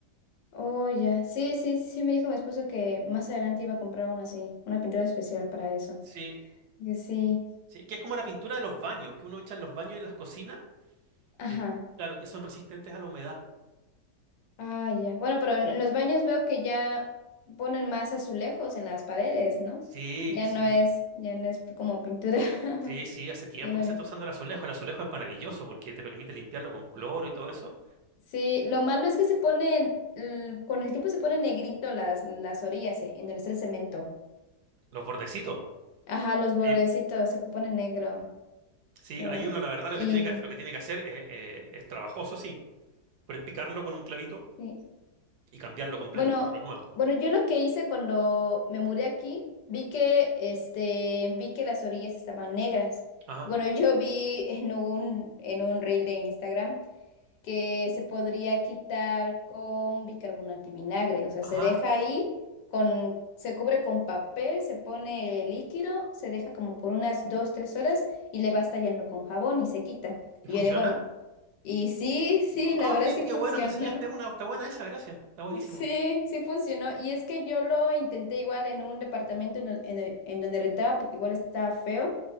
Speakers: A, on the left; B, on the right.
A: Oh, ya, sí, sí, sí, me dijo mi esposo que más adelante iba a comprar una así, una pintura especial para eso.
B: Sí,
A: Que sí,
B: sí, que es como la pintura de los baños, que uno echa en los baños y en las cocinas,
A: ajá.
B: que, claro, que son resistentes a la humedad.
A: Ah, ya. Bueno, pero en en los baños veo que ya ponen más azulejos en las paredes, ¿no?
B: Sí,
A: Ya
B: sí,
A: no es, ya no es como pintura. <laughs>
B: sí, sí, hace tiempo
A: Ya lo
B: que
A: haré.
B: se está usando el azulejo. El azulejo es maravilloso porque te permite limpiarlo con cloro y todo eso.
A: Sí, lo malo es que se ponen, l- con el tiempo se ponen negrito las, las orillas, eh, en donde está el cemento.
B: Los bordecitos.
A: Ajá, los bordecitos
B: Sí,
A: se ponen negro.
B: sí,
A: pero-
B: ahí uno la verdad lo
A: Y
B: que tiene que, lo que tiene que hacer es, eh, es trabajoso, sí, pero es picarlo con un clavito
A: sí.
B: y cambiarlo completo,
A: Bueno,
B: lo nuevo.
A: bueno, yo lo que hice cuando me mudé aquí, vi que, este, vi que las orillas estaban negras.
B: Ajá,
A: Bueno, <laughs> yo vi en un, en un reel de Instagram que se podría quitar con bicarbonato y vinagre. O sea,
B: ajá.
A: se deja ahí con, se cubre con papel, se pone el líquido, se deja como por unas dos, tres horas y le vas tallando con jabón y se quita.
B: ¿Y
A: Y
B: funciona?
A: yo diré, bueno, y sí, sí, la
B: Ah,
A: verdad
B: mira
A: sí
B: qué
A: funcionó.
B: bueno, me enseñaste una. Está buena esa, gracias. Está buenísimo.
A: Sí, sí funcionó. Y es que yo lo intenté igual en un departamento en, don- en el- en donde rentaba, porque igual estaba feo.